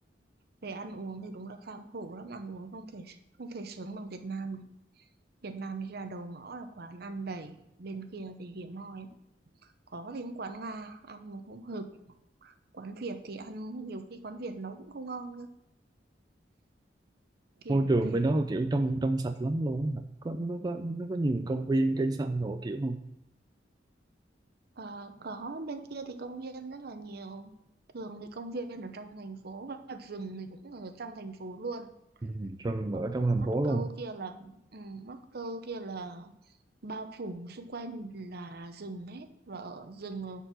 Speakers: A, on the right; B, on the right.
A: về ăn uống thì đúng là kham khổ lắm ăn uống không thể không thể sướng bằng Việt Nam được. Việt Nam đi ra đầu ngõ là quán ăn đầy bên kia thì hiếm hoi lắm. có thì cũng quán Nga ăn cũng hợp quán Việt thì ăn nhiều khi quán Việt nấu cũng không ngon cơ kiểu
B: môi
A: như
B: trường
A: thế
B: bên đó kiểu trong trong sạch lắm luôn á. có nó có nó có nhiều công viên cây xanh đồ kiểu không
A: Ờ, có bên kia thì công viên rất là nhiều thường thì công viên ở trong thành phố và rừng thì cũng ở trong thành phố luôn
B: Ừ. rồi mà
A: ở
B: ở trong thành
A: Mắc
B: phố
A: Câu
B: luôn
A: kia là ừ, Mắc Câu kia là bao phủ xung quanh là rừng hết và ở rừng